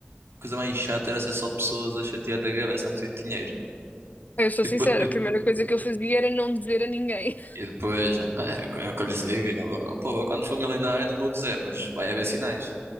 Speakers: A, on the right; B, on the left.
A: coisa mais chata era ser só pessoas a chatear da cabeça a pedir dinheiro.
B: eu sou
A: E
B: sincera,
A: depois,
B: a primeira coisa que eu fazia era não dizer a ninguém.
A: E depois, é, é o que eu lhes digo. e eu, "Oh, Pô, eu quando for milionário não vou dizer, mas vai haver sinais.